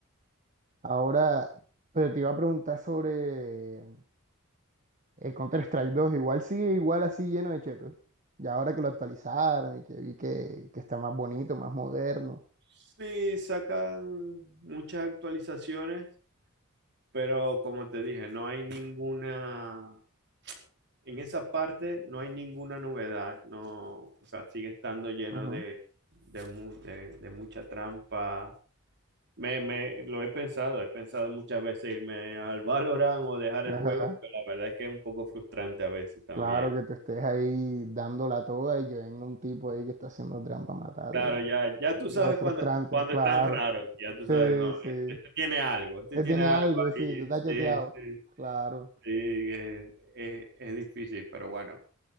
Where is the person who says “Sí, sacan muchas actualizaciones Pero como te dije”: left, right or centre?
Right